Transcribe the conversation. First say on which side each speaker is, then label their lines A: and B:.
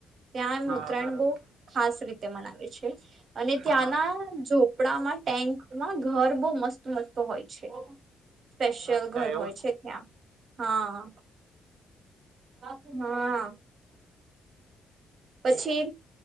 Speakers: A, on the right; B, on the right.
A: ત્યાં એમ
B: હા
A: ઉત્તરાયણ
B: બરાબર
A: બહુ ખાસ રીતે મનાવે છે અને ત્યાંના
B: હા
A: ઝોપડામાં ટેન્ક માં ઘર બહુ મસ્ત મસ્ત હોય છે સ્પેશિયલ
B: અચ્છા
A: ઘર
B: એવું
A: હોય છે ત્યાં હા હ હા પછી